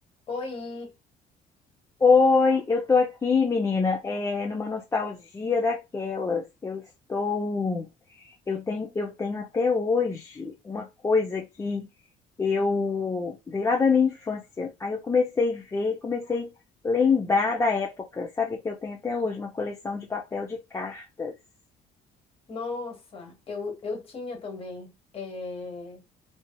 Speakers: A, on the left; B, on the left.
A: Oi!
B: Oi, eu tô aqui, menina, é, numa nostalgia daquelas. Eu estou, eu tenho, eu tenho até hoje uma coisa que eu veio lá da minha infância. Aí eu comecei a ver, comecei a lembrar da época. Sabe o que eu tenho até hoje? Uma coleção de papel de cartas.
A: Nossa, eu, eu tinha também. é,